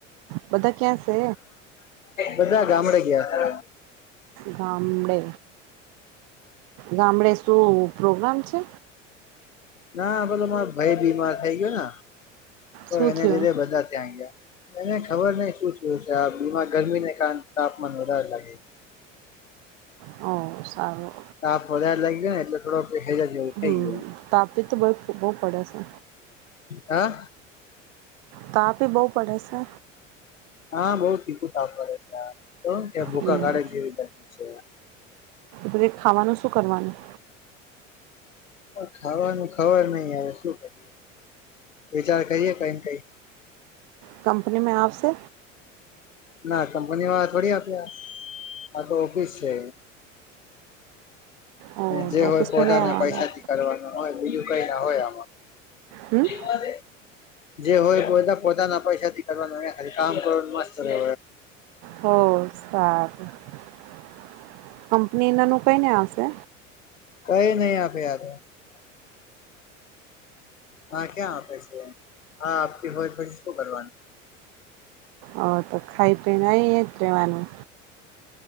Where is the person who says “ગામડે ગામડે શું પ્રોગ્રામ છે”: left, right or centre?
Right